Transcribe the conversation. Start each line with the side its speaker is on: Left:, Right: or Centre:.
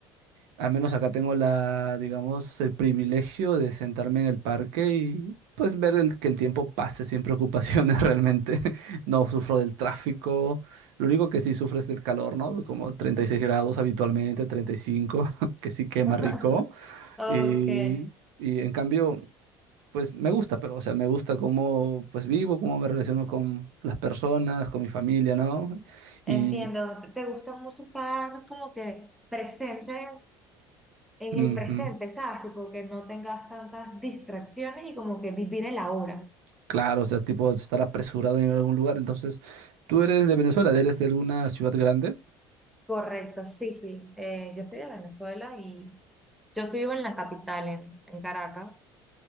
Right: al menos acá tengo la, digamos, el privilegio de sentarme en el parque y pues ver el- que el tiempo pase sin preocupaciones <laughs> realmente. No sufro del tráfico. Lo único que sí sufro es del calor, ¿no? Como 36 grados habitualmente, 35, <laughs> que sí quema
Centre: <laughs>
Right: rico.
Centre: Okay,
Right: Y, y en cambio, pues me gusta, pero, o sea, me gusta cómo pues vivo, cómo me relaciono con las personas, con mi familia, ¿no? Y...
Centre: entiendo. Te te gusta mucho estar como que presente en
Right: ujú.
Centre: el presente, ¿sabes? Tipo que no tengas tantas distracciones y como que vivir el ahora.
Right: Claro, o sea, tipo estar apresurado en algún lugar. Entonces, tú eres de Venezuela, eres de alguna ciudad grande.
Centre: Correcto, sí, sí. Eh, yo soy de Venezuela y yo sí vivo en la capital, en, en Caracas.